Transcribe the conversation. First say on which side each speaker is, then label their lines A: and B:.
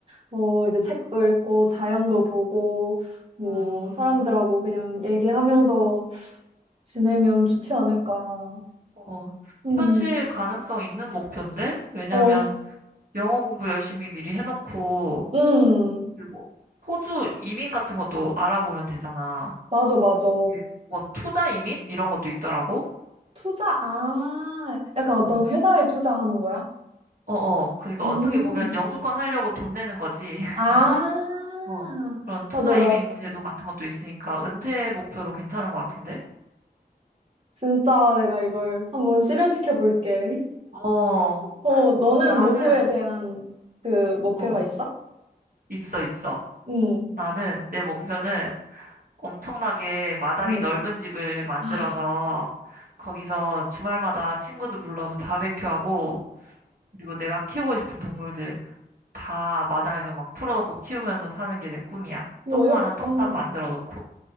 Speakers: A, on the right; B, on the right.
A: 뭐 이제 책도 읽고 자연도 보고 뭐
B: 음,
A: 사람들하고 그냥 얘기하면서 지내면 좋지 않을까.
B: 어,
A: 음,
B: 현실 가능성 있는 목표인데? 왜냐면
A: 어,
B: 영어 공부 열심히 미리 해놓고,
A: 음,
B: 그리고 호주 이민 같은 것도 알아보면 되잖아.
A: 맞아, 맞아.
B: 이게 뭐 투자 이민? 이런 것도 있더라고.
A: 투자, 아, 약간
B: 어.
A: 어떤 회사에 투자하는 거야?
B: 어어. 그러니까
A: 음.
B: 어떻게 보면 영주권 살려고 돈 내는 거지. <laughs>
A: 아,
B: 어. 그런 투자
A: 맞아. 나
B: 이민 제도 같은 것도 있으니까 은퇴 목표로 괜찮은 것 같은데?
A: 진짜 내가 이걸 한번 실현시켜 볼게.
B: 어.
A: 어, 너는
B: 나는
A: 노후에 대한 그 목표가
B: 어.
A: 있어?
B: 있어 있어.
A: 응,
B: 나는 내 목표는 엄청나게 마당이
A: 응.
B: 넓은 집을 만들어서
A: 아,
B: 거기서 주말마다 친구들 불러서 바베큐하고 그리고 내가 키우고 싶은 동물들 다 마당에서 막 풀어놓고 키우면서 사는 게 내 꿈이야.
A: 뭐
B: 조그마한
A: 약간,
B: 텃밭 만들어 놓고.